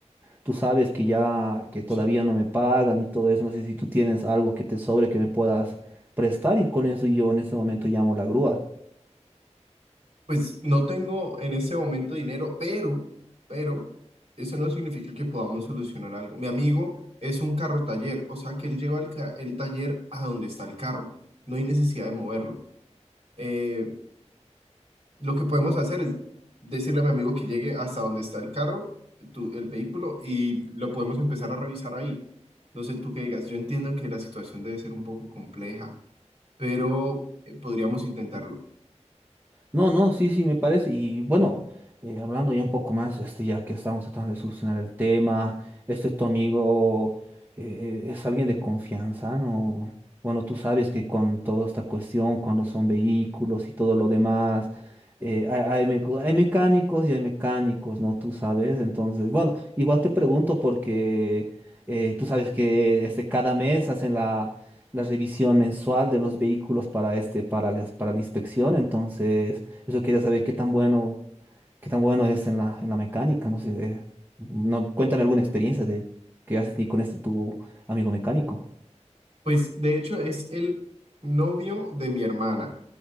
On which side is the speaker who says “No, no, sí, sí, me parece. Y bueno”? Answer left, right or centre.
Right